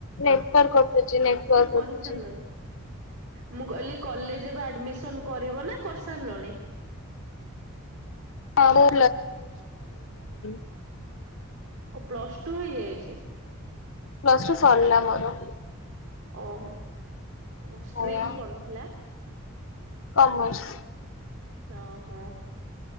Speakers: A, on the left; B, on the right.
A: ନେଟୱାର୍କ କଟୁଛି ନେଟୱାର୍କ
B: ନା କରିସାରିଲଣି
A: କଟୁଛି।
B: ମୁଁ କହିଲି କଲେଜ ଏବେ ଆଡମିସନ କରିବ ନା କରିସାରିଲଣି?
A: ହଁ ମୁଁ <unintelligible>
B: ଓ ପ୍ଲସ ଟୁ ହେଇଯାଇଛି।
A: ପ୍ଲସ ଟୁ ସରିଲା ମୋର।
B: ଓହୋ ଓ ଷ୍ଟ୍ରିମ୍
A: ଆଜ୍ଞା
B: କଣ ଥିଲା?
A: କମର୍ସ।
B: ଓହୋ।